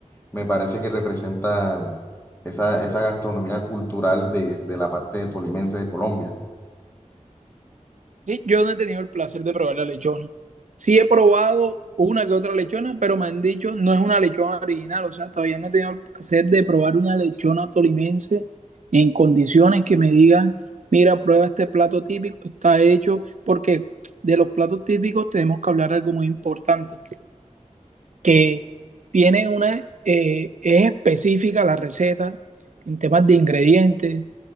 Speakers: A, on the left; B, on the right.
A: me parece que representa esa, esa gastronomía cultural de, de la parte tolimense de Colombia.
B: Sí, Yo no he tenido el placer de probar la lechona. Sí he probado una que otra lechona, pero me han dicho no es una lechona original, o sea, todavía no he tenido el placer de probar una lechona tolimense en condiciones que me digan, mira, prueba este plato típico, está hecho, porque de los platos típicos tenemos que hablar algo muy importante, que tiene una, eh, es específica la receta en temas de ingredientes,